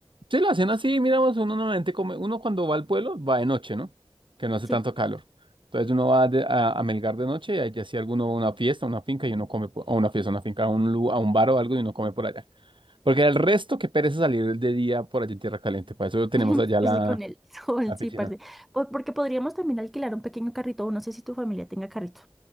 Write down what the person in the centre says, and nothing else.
Sí.
<laughs>
Pues con el <laughs> sol,
sí,
parce. Po- Porque podríamos también alquilar un pequeño carrito, o no sé si tu familia tenga carrito.